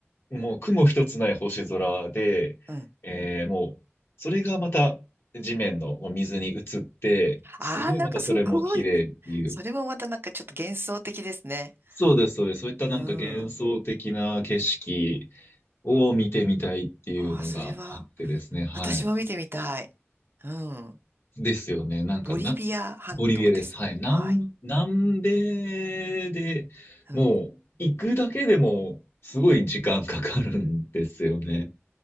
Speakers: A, on the left (about 60°); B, on the right (about 55°).
A: う、もう雲一つない星空で、
B: うん。
A: えーもう、それがまた地面のお水に映って、すごいまたそれも綺麗っていう。
B: ああ、なんかすごい。それもまたなんかちょっと幻想的ですね。
A: そうです、そうです。そういったなんか幻想的な景色
B: うん。
A: を見てみたいっていうのがあってですね。
B: ああ、それは、
A: はい。
B: 私も見てみたい。うん。
A: ですよね。なんかな、
B: ボリビア半島です。
A: ボリビアです。はい。南、
B: はい。
A: 南米でもう行くだけでもすごい時間かかるんですよね。
B: うん。